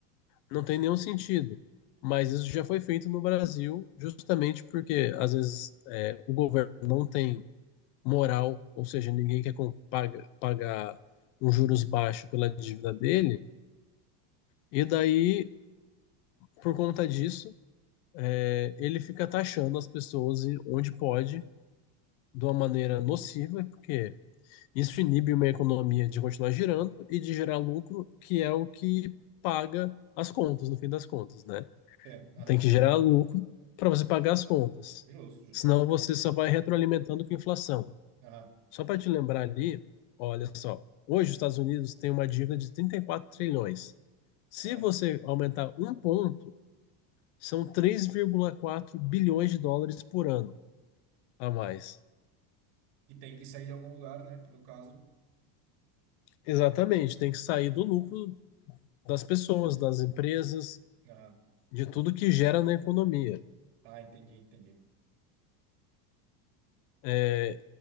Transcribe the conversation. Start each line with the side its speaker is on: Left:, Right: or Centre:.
Left: não tem nenhum sentido. Mas isso já foi feito no Brasil, justamente porque, às vezes, é, o governo não tem moral, ou seja, ninguém quer com- paga- pagar um juros baixo pela dívida dele, e daí, por conta disso, é, ele fica taxando as pessoas e- onde pode, de uma maneira nociva, porque isso inibe uma economia de continuar girando e de gerar lucro, que é o que paga as contas, no fim das contas, né?
Right: Entendo. Aham.
Left: Tem que gerar lucro para você pagar as contas.
Right: Justo, justamente.
Left: Senão você só vai retroalimentando com a inflação.
Right: Aham.
Left: Só para te lembrar ali, olha só, hoje os Estados Unidos têm uma dívida de 34 trilhões. Se
Right: Caramba.
Left: você aumentar um ponto, são 3,4 bilhões de dólares por ano a mais.
Right: E tem que sair de algum lugar, né? Que no caso.
Left: Exatamente, tem que sair do lucro das pessoas, das empresas,
Right: Ah,
Left: de tudo que gera na economia.
Right: tá, entendi, entendi.
Left: É,